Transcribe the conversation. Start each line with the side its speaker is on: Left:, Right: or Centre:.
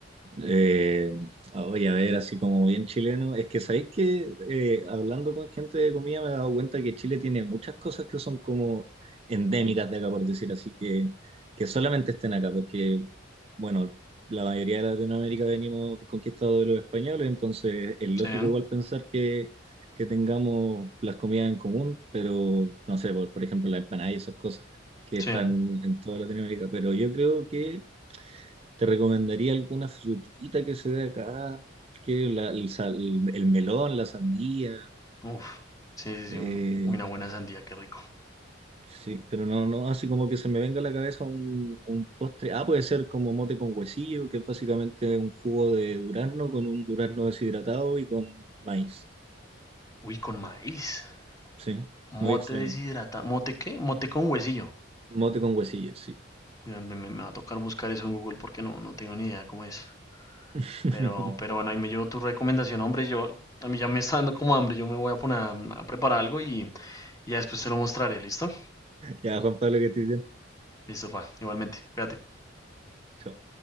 Right: Eh, oye, a ver, así como bien chileno, es que sabéis que eh, hablando con gente de comida me he dado cuenta que Chile tiene muchas cosas que son como endémicas de acá, por decir así, que, que solamente estén acá, porque, bueno, la mayoría de Latinoamérica venimos conquistados de los españoles, entonces es lógico
Left: Sí,
Right: igual pensar que, que tengamos las comidas en común, pero no sé, por, por ejemplo, las empanadas y esas cosas que
Left: sí.
Right: están en toda Latinoamérica, pero yo creo que te recomendaría alguna frutita que se dé acá, que la- el, sal- el melón, la sandía,
Left: Uf, sí, sí, sí,
Right: eh,
Left: un- uy, una buena sandía, qué rico.
Right: sí, pero no, no, así como que se me venga a la cabeza un, un postre. Ah, puede ser como mote con huesillo, que es básicamente un jugo de durazno con un durazno deshidratado y con maíz.
Left: Uy, con maíz.
Right: Sí,
Left: Mote
Right: muy extraño.
Left: deshidratado. ¿Mote qué? Mote con huesillo.
Right: Mote con huesillo, sí.
Left: Uy, me, me- me va a tocar buscar eso en Google porque no, no tengo ni idea cómo es.
Right: <laughs>
Left: Pero, pero bueno, ahí me llevo tu recomendación. Hombre, yo, a mí ya me está dando como hambre. Yo me voy a poner a, a preparar algo y, y ya después te lo mostraré. ¿Listo?
Right: Ya, Juan Pablo, que estés bien.
Left: Listo, pa. Igualmente. Cuídate.
Right: Chao.